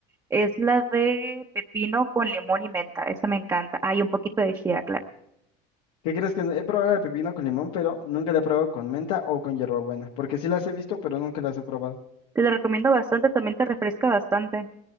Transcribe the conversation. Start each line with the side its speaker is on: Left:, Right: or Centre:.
Right: es la de pepino con limón y menta. Esa me encanta. Hay un poquito de chía, claro.
Left: ¿Qué crees que no- he probado la de pepino con limón, pero nunca la he probado con menta o con hierbabuena? Porque sí las he visto, pero nunca las he probado.
Right: Te la recomiendo bastante, también te refresca bastante.